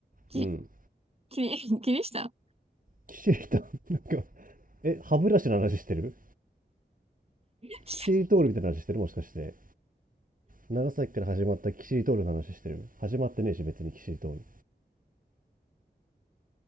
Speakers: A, on the right (about 35°); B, on the right (about 50°).
A: キ、
B: うん
A: キリ、キリシタン
B: キシリなんかえ歯ブラシの話してる
A: <laughs>
B: キシリトールみたいな話してるもしかして長崎から始まったキシリトールの話してる始まってねえし別にキシリトール